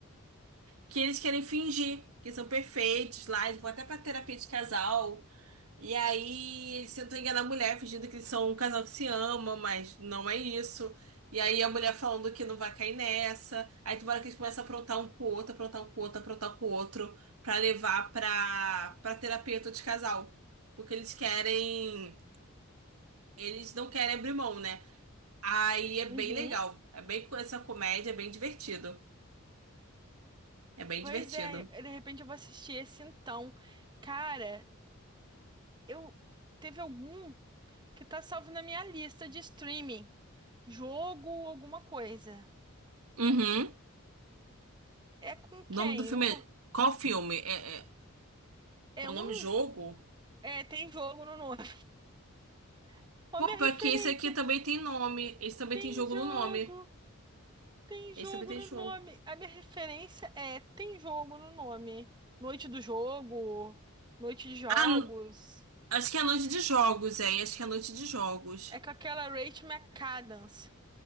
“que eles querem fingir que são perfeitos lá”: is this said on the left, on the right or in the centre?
Right